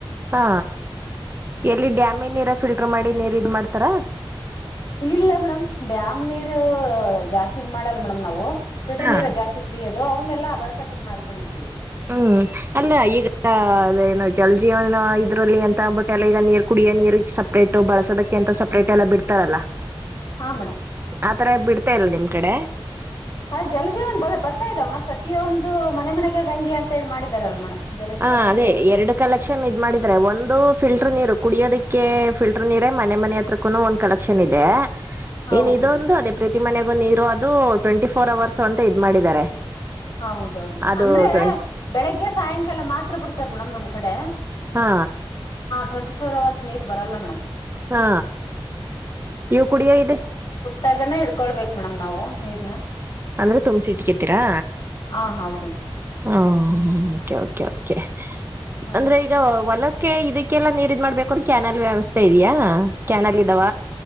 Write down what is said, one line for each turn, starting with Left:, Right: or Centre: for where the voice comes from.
Right: ಹಾ ಎಲ್ಲಿ ಡ್ಯಾಮಿನ್ ನೀರೆ ಫಿಲ್ಟರ್ ಮಾಡಿ ನೀರ್ ಇದ್ ಮಾಡ್ ತರ
Left: ಇಲ್ಲ ಮೇಡಮ್ ಡ್ಯಾಮ್ ನೀರು ಜಾಸ್ತಿ ಇದ್ ಮಾಡಲ್ ಮೇಡಮ್ ನಾವು. ಬಿಟ್ಟ
Right: ಹಾ
Left: ನೀರ ಜಾಸ್ತಿ ಕುಡಿಯೋದು ಅವ್ನೆಲ್ಲ ಬಳ್ಸಕಿದ್ ಮಾಡ್ ಕ ಮಾಡ್ತೀವಿ.
Right: ಹ್ಮ್ ಅಲ್ಲ ಈಗ ಅದೇನು ಜಲ್ ಜೀವನ ಇದ್ರಲ್ಲಿ ಅಂತ ಅ ಬಟ್ ಎಲ್ಲ ಈಗ ನೀರ್ ಕುಡಿಯೋ ನೀರಿಗ್ ಸಪ್ರೇಟ್ ಬಳಸೋದಕ್ಕೆ ಎಂತ ಸಪ್ರೇಟ್ ಎಲ್ಲಾ ಬಿಡ್ತಾರಲ್ಲ.
Left: ಹಾ ಮೇಡಮ್
Right: ಆತರ ಬಿಡ್ ತ್ತ ಇಲ್ ನಿಮ್ ಕಡೆ.
Left: ಅ ಜಲ ಜೀವನ್ ಬ ಬರ್ತಾ ಇದೆ ಮೇಡಮ್ ಪ್ರತಿಯೊಂದು ಮನೆ ಮನೆಗೆ ಗಂಗೆ ಅಂತ ಹೇಳಿ ಮಾಡಿದಾರಲ್ಲ ಮೇಡಮ್. ಜಲಜೀವನ್
Right: ಹ
Left: ಮಿಷನ್
Right: ಅದೇ ಎರಡು ಕಲೆಕ್ಷನ್ ಇದ್ ಮಾಡಿದ್ರೆ ಒಂದು ಫಿಲ್ಟರ್ ನೀರು ಕುಡಿಯೋದಕ್ಕೆ ಫಿಲ್ಟರ್ ನೀರೇ ಮನೆ ಮನೆ ಹತ್ರಕ್ಕೂ ಒಂದು ಕಲೆಕ್ಷನ್ ಇದೆ.
Left: ಹೌದು
Right: ಇನ್ ಇದೊಂದು
Left: ಮೇಡಮ್
Right: ಅದೇ ಪ್ರ ಪ್ರತಿ ಮನೆಗೂ ನೀರು ಅದು ಟ್ವೆಂಟಿ ಫೋರ್ ಅವರ್ಸ್ ಅಂತ ಇದ್ ಮಾಡಿದ್ದಾರೆ.
Left: ಹೌದೌದು ಮ್
Right: ಅದು
Left: ಅಂದ್ರೆ
Right: ಟ್ವೆಂ
Left: ಬೆಳಿಗ್ಗೆ ಸಾಯಂಕಾಲ ಮಾತ್ ತ್ರ ಬಿಡ್ತಾರ್ ಮೇಡಮ್ ನಮ್ ಕಡೆ.
Right: ಹಾ
Left: ಟ್ವೆಂಟಿಫೋರ್ ಅವರ್ಸ್ ನೀರ್ ಬರಲ್ಲ ಮೇಡಮ್.
Right: ಹಾ ಇವು ಕುಡಿಯೋ ಇದ್
Left: ತಗನ ಇಡ್ಕೊಳ್ಬೇಕ್ ಮೇಡಮ್ ನಾವು ನೀರ್ನ.
Right: ಅಂದ್ರೆ ತುಂಬ್ಸಿಟ್ಕ್ಯ ತೀರಾ?
Left: ಹಾ ಹೌದು ಮೇಡಮ್
Right: ಹಾ ಒ ಓಕೆ ಓಕೆ ಓಕೆ.
Left: ಹಾ
Right: ಅಂದ್ರೆ
Left: ಮೇಡಮ್
Right: ಈಗ ಒ ಹೊಲ ಕ್ಕೆ ಇದಕ್ಕೆಲ್ಲಾ ನೀರು ಇದ್ ಮಾಡ್ಬೇಕ್ ಅನ್ ಕ್ಯಾನಲ್ ವ್ಯವಸ್ಥೆ ಇದ್ಯಾ ಕ್ಯಾನಲ್ ಇದಾವ?